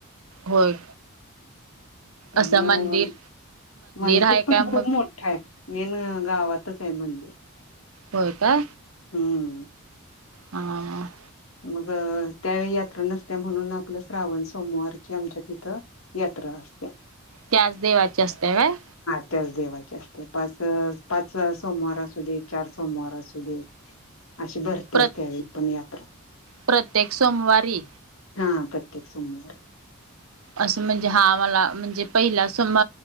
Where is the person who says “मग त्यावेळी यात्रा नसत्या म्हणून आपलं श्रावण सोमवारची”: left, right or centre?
Left